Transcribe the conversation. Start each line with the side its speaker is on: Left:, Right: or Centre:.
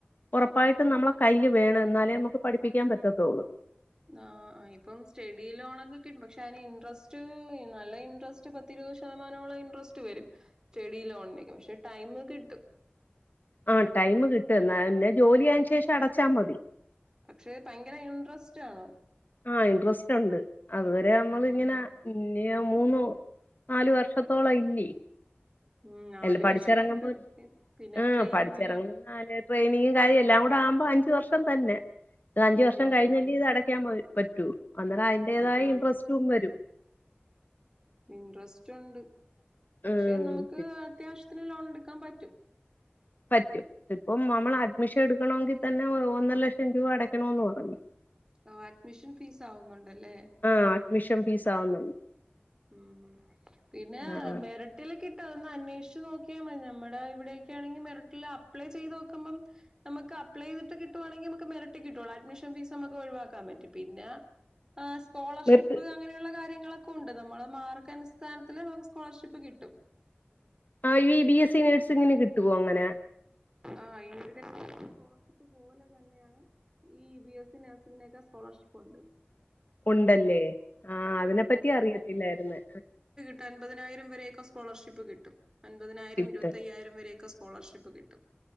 Left: ഉറപ്പായിട്ട് നമ്മളെ കയ്യിൽ വേണം എന്നാലേ നമുക്ക് പഠിപ്പിക്കാൻ പറ്റത്തുള്ളൂ
Right: ആ ഇപ്പം സ്റ്റഡി ലോണൊക്കെ കിട്ടും പക്ഷെ അതിന് ഇൻറസ്റ്റ് നല്ല ഇൻട്രസ്റ്റ് പത്തിരുപത് ശതമാനോളം ഇൻട്രസ്റ്റ് വരും സ്റ്റഡി ലോണിനക്കെ പക്ഷെ ടൈം കിട്ടും
Left: ആ ടൈം കിട്ട എന്നാ പിന്നെ ജോലിയായ ശേഷം അടച്ചാ മതി
Right: പക്ഷെ ഭയങ്കര ഇൻട്രസ്റ്റ് ആണ്
Left: ആഹ് ഇൻട്രസ്റ്റ് ഉണ്ട് അതുവരെ നമ്മൾ
Right: ഉം
Left: ഇങ്ങനെ ഇഞ്ഞ് മൂന്ന് നാാലു വർഷത്തോളം ഇല്ലേ
Right: ഉം നാല്
Left: എല്ല പഠിച്ചിറങ്ങുമ്പോ
Right: വർഷോണ്ട് പിന്നെ
Left: ആ
Right: ട്രെയിനിങ്
Left: പഠിച്ചി ഇറങ്ങുമ്പോൾ നാല് ട്രെനിങ്ങും കാര്യ എല്ലാം കൂടെ ആുമ്പോ അഞ്ചച് വർഷം തന്നെ. അത് അഞ്ച
Right: ഉം
Left: വർഷം കഴിഞ്ഞല്
Right: ഉം
Left: ഇത് അടയ്ക്കാൻ പറ്റൂ അന്നേരം അതിന്റേതായ
Right: അതാണ്
Left: ഇൻട്രസ്റ്റ് വരും.
Right: ഇൻട്രസ്റ്റ് ഉണ്ട് പക്ഷെ
Left: ഉം
Right: നമുക്ക് അത്യാവശ്യത്തിന് ലോൺ എടുക്കാൻ പറ്റും.
Left: പറ്റും ഇപ്പം നമ്മൾ അഡ്മിഷൻ എടുക്കണമെങ്കിൽ തന്നെ ഒന്നര ലക്ഷം രൂപ. അടയ്ക്കണന്ന് പറഞ്ഞു.
Right: ഓ അഡ്മിഷൻ ഫീസ് ആവുന്നുണ്ട്ല്ലേ?
Left: ആ അഡ്മിഷൻ ഫീസ് ആവുന്നുണ്ട്.
Right: ഉം പിന്നെ
Left: ആ ആ
Right: മരട്ട മട്ടിൽ കിട്ടുക അതൊന്ന് അന്വേഷച്ച് നോക്കിയാൽ മതി നമ്മുടെ ഇവിയക്കാണെങ്കിൽ മെരട്ടിൽ അപ്ലൈ ചെയ്ത് നോക്കുമ്പം. നമുക്ക് അ്ലൈ ചെയ്തി് കിട്ടുവാണെങ്കിൽ നമക്ക് മെരറ്റ് കിട്ടുള്ള അഡ്മിഷൻീസ് നമക്ക് ഒഴിവാക്കൻ പറ്റും. പിന്നെ ആ് സ്കോളർഷിപ്പ്
Left: നിർത്ത്
Right: അങ്ങനെയുള്ള കാര്യങ്ങളൊക്കെ. നമ്മള് മാർക്ക് അടിസ്ഥാനത്തില് നമക്ക് സ്കോളർഷിപ്പ് കിട്ടും.
Left: ആവിബി എസ് സി നേഴ്സ്ങ്ങനെ കിട്ടുവോ അങ്ങനെ?
Right: ആ എൻജിനീയർ കോളർഷിപ്പ് പോലെ തന്നെയാണ്. ഈ ഇ ബി എസ് സി നെഴ്സിങ്ങിനൊക്കെ സ്കോളർഷിപ്പ് ഓണ്ട്.
Left: ഉണ്ടല്ലേ ആ അതിനെപ്പറ്റി അറിയത്തില്ലായിര്ന്ന്.
Right: പത്തൻപതിനായിരം വരെയൊക്കെ സ്കോളർഷിപ്പ് കിട്ടും. അൻപതിനായിരം
Left: കിട്ടും
Right: ഇരുപത്തയ്യായിരം വരെ. ക്കെസ്കോളർഷിപ്പ് കിട്ടും